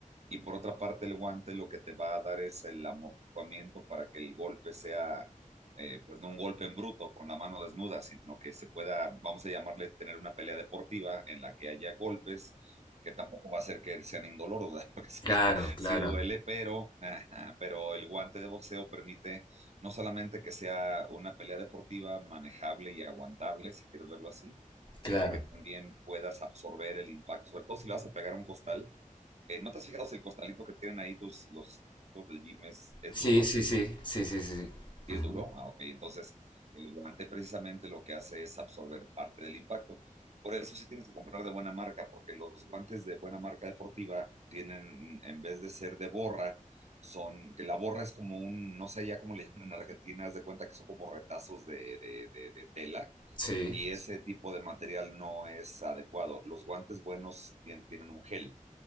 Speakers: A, on the right; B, on the left.
A: Y por otra parte, el guante lo que te va a dar es el amortiguamiento para que el golpe sea, eh, pues no un golpe en bruto con la mano desnuda, sino que se pueda, vamos a llamarle, tener una pelea deportiva en la que haya golpes que tampoco va a ser que sean indoloros, ¿verdad? <laughs> Porque sí,
B: Claro, claro,
A: sí duele, pero, ajá, pero el guante de boxeo permite no solamente que sea una pelea deportiva manejable y aguantable, si quieres verlo así, sino
B: claro.
A: que también puedas absorber el impacto, sobre todo si le vas a pegar a un costal. Eh, ¿no te has fijado si el costalito que tienen ahí tus, los tipos del gym es, es
B: Sí,
A: duro?
B: sí, sí, sí, sí, sí. sí.
A: ¿Sí
B: Ujú.
A: es duro? Ah, ok. Entonces, el guante precisamente lo que hace es absorber parte del impacto. Por eso sí tienes que comprar de buena marca, porque los guantes de buena marca deportiva tienen, en vez de ser de borra, son, que la borra es como un, no sé ya cómo le llaman en Argentina, haz de cuenta que son como retazos de, de, de, de tela,
B: Sí.
A: y ese tipo de material no es adecuado. Los guantes buenos tien- tienen un gel,